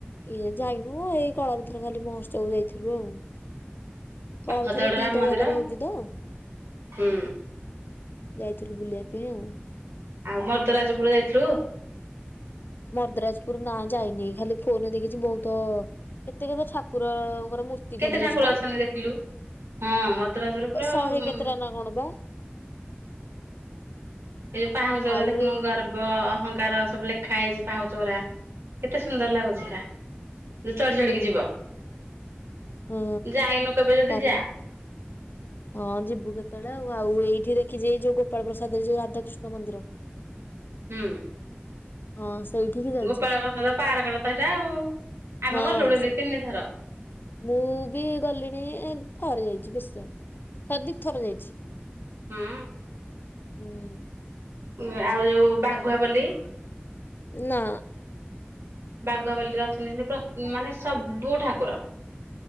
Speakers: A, on the left (about 55°); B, on the right (about 80°).
A: ଇଏ ଯାଇନୁ ଏଇ କଳାପଥର ଖାଲି ମହୋତ୍ସବକୁ ଯାଇଥିଲୁ ଆଉ। କଳାପଥରେ
B: ଭଦ୍ରଗଡ
A: ଦିଟା
B: ରାମ ମନ୍ଦିର
A: ଜାଗାରେ ହଉଚି ତ।
B: ହୁଁ
A: ଯାଇଥିଲୁ ବୁଲିବା ପାଇଁ ଆଉ।
B: ଆଉ ମରଦରାଜପୁର ଯାଇଥିଲୁ?
A: ମର୍ଦ୍ରାଜପୁର ନାଁ ଯାଇନି ଖାଲି ଫୋନରେ ଦେଖିଚି ବହୁତ କେତେ କେତେ ଠାକୁରଙ୍କର ମୂର୍ ତି
B: କେତେ
A: ଖାଲି
B: ଠାକୁର
A: ହେଇଚି ନା
B: ଅଛନ୍ତି ଦେଖିଲୁ ହଁ ମର୍ଦ୍ଦରାଜପୁର ପୁରା
A: ଶହେ
B: ହଁ
A: କେତେଟା ନା କଣ ବା।
B: ଏଇ ଯୋଉ ପାହୁଚର
A: ଆଉ
B: ଦେଖୁନୁ
A: ଏ
B: ଗାରମ୍ ଗୋ ଅହଂଙ୍କାର ସବୁ ଲେଖା ହେଇଚି ପାହୁଚ ଗୁରା କେତେ ସୁନ୍ଦର ଲାଗୁଛି ହେରା। ଚଢି
A: ହୁଁ
B: ଚଢିକି ଯିବ
A: ହଁ
B: ଯାଇନୁ କେବେ ଯଦି
A: ତାପରେ
B: ଯା।
A: ହଁ ଯିବୁ କେତେ ବେଳେ ଆଉ ଆଉ ଏଇଠି ଦେଖିଛି ଏଇ ଯୋଉ ଗୋପାଳ ପ୍ରସାଦରେ ଯୋଉ ରାଧାକୃଷ୍ଣ ମନ୍ଦିର।
B: ହୁଁ।
A: ହଁ ସେଇଠିକି ଯାଇଛି
B: ଗୋପାଳ ପ୍ରସାଦ ପାର୍କଟା ତ ସେଇଟା ଆଉ ଆମେ
A: ହଁ
B: ଗଲୁଣି
A: ସେ
B: ଦି ତିନି ଥର।
A: ମୁଁ ବି ଗଲିଣି ଥରେ ଯାଇଛି ବେଶୀ ଯାଇିନି ଥର ଦି ଥର ଯାଇଛି।
B: ହୁଁ।
A: ହୁଁ।
B: ଉଁ ଆଉ ଯୋଉ ବାଘୁଆପାଲି।
A: ନା।
B: ବାଘୁଅପାଲିରେ ଅଛନ୍ତି ସେନ୍ତି ମାନେ ସବୁ ଠାକୁର।